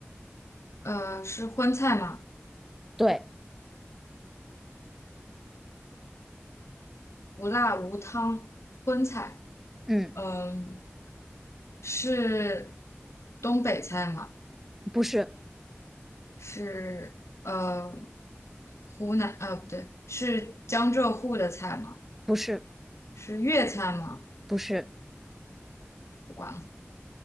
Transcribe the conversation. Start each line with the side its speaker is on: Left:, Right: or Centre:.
Left: 呃，是荤菜吗？
Centre: 对，
Left: 无辣无汤，荤菜。
Centre: 嗯，
Left: 嗯、是东北菜吗？
Centre: 不是，
Left: 是呃，湖南呃不对，是江浙沪的菜吗？
Centre: 不是，
Left: 是粤菜吗？
Centre: 不是，
Left: 不管了，